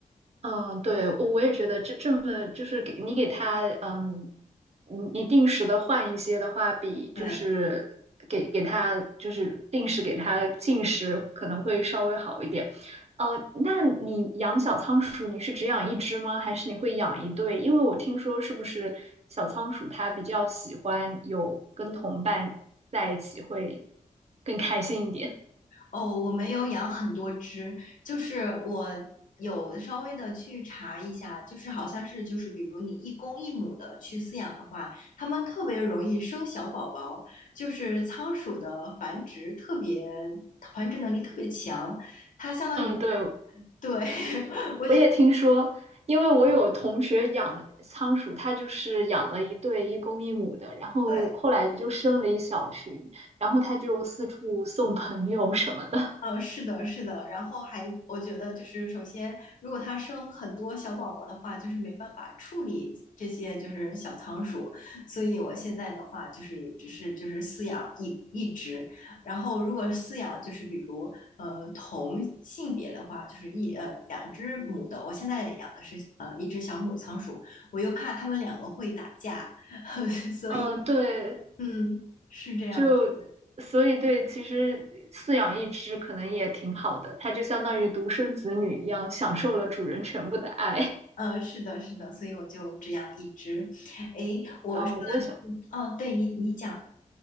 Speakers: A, on the right; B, on the left.
A: 嗯，对，我我也觉得这这么就是给你给他，嗯，你你定时的换一些的话，比就是给给他就是定时给他进食可能会稍微好一点。
B: 对，
A: 呃，那你养小仓鼠，你是只养一只吗？还是你会养一对？因为我听说是不是小仓鼠它比较喜欢有跟同伴在一起会更开心一点？
B: 哦，我没有养很多只，就是我有稍微的去查一下，就是好像是就是比如你一公一母的去饲养的话，它们特别容易生小宝宝，就是仓鼠的繁殖特别繁殖能力特别强，它相当于
A: <laughs> 嗯，对，
B: 对，<laughs> 我觉得。
A: 我也听说，因为我有同学养仓鼠，他就是养了一对一公一母的，然后后来就生了一小群，
B: 对。
A: 然后他就四处送朋友什么的。
B: 嗯，是的，是的，然后还我觉得就是，首先，如果它生很多小宝宝的话，就是没办法处理这些就是小仓鼠，所以我现在的话就是只是就是饲养一一只，然后如果饲养就是比如呃同性别的话，就是一呃两只母的，我现在养的是呃一只小母仓鼠，我又怕它们两个会打架，<laughs> 所以
A: 嗯，对，
B: 嗯是这样的。
A: 就所以对，其实饲养一只可能也挺好的，它就相当于独生子女一样，享受了主人全部的爱。
B: 嗯，是的，是的，所以我就只养一只。诶，
A: <laughs>
B: 我说的这个哦，
A: 啊，我想
B: 对你，你讲，